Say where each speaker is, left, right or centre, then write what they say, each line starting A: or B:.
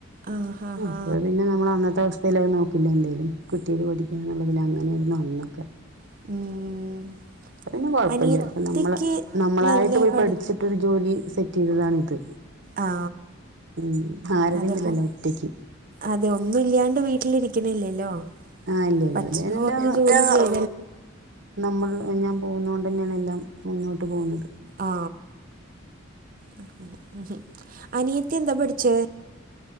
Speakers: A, on the right; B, on the right.
A: ആ ഹാ ഹാ
B: അപ്പ പിന്നെ നമ്മൾ അന്നത്തെ അവസ്ഥയിലത് നോക്കില്ല എന്തേലും കുട്ടീത് പഠിക്കാ എന്നുള്ളതിൽ അങ്ങനെയൊരുന്നു നന്നൊക്കെ
A: ഉം
B: പിന്നെ കുഴപ്പില്ല
A: അനിയത്തിക്ക്
B: ഇപ്പ നമ്മള് നമ്മളായിട്ട്
A: നല്ല
B: പോയി
A: പഠി
B: പഠിച്ചിട്ടൊരു ജോലി സെറ്റ് ചെയ്തതാണിത്
A: ആ
B: ഉം ആരടെംഇതില്ലല്ലാ
A: അതിപ്പം
B: ഒറ്റക്ക്
A: അതെ ഒന്നും ഇല്യാണ്ട് വീട്ടിലിരിക്കണില്ലല്ലോ
B: ആ ഇല്ല ഇല്ല
A: പററ്ണ
B: ഇല്ല എല്ലാ
A: പോലെ ജോലിചെയ്തലോ
B: നമ്മൾ ഞാൻ പോകുന്നത് കൊണ്ട തന്നെയാണ് എല്ലാം മുന്നോട്ട് പോകുന്നത്
A: ആ ഉം അനിയത്തി എന്താ പഠിച്ചേ